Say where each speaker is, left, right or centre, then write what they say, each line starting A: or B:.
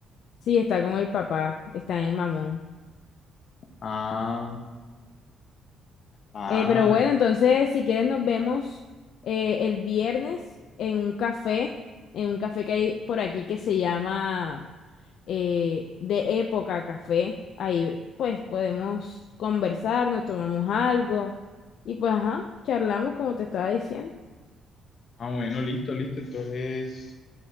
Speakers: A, on the left (about 65°); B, on the left (about 45°).
A: Sí, está con el papá, está en el mamón.
B: Ah, ah,
A: Eh, pero bueno,
B: ya.
A: entonces si quieres nos vemos eh, el viernes en un café, en un café que hay por aquí que se llama eh, De Época Café. Ahí pues podemos conversar, nos tomamos algo y pues ajá, charlamos como te estaba diciendo.
B: ah, bueno, listo, listo. Entonces,